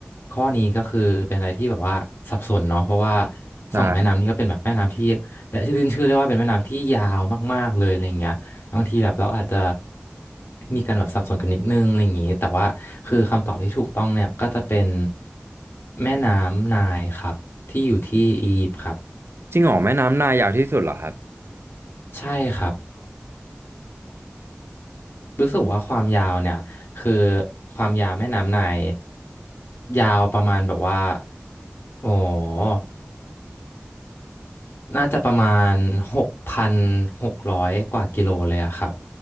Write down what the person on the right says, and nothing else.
ใช่
จริงเหรอแม่น้ำไนายยาวที่สุดเหรอครับ